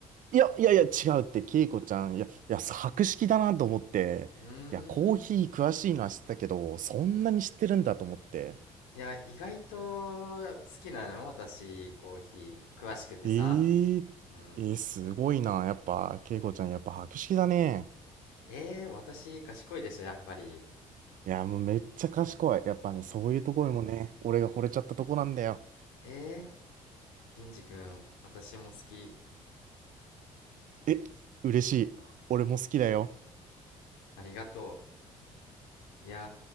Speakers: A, on the right (about 50°); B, on the left (about 70°).
A: いや、いやいや、違うって、ケイコちゃん、いや、いや、博識だなと思って、
B: うー
A: いや、コーヒー詳しいのは知ってたけど、
B: ん。
A: そんなに知ってるんだと思って。
B: いや、意外と好きなの私、コーヒー、詳しくてさ。
A: えー、
B: うん。
A: えーすごいな。やっぱ、ケイコちゃん、やっぱ博識だね。
B: えー、私、賢いでしょ、やっぱり。
A: いや、もうめっちゃ賢い。やっぱね、そういうところもね、俺が惚れちゃったとこなんだよ。
B: えー、銀次くん、私も好き。
A: え、嬉しい。俺も好きだよ。
B: ありがとう。いや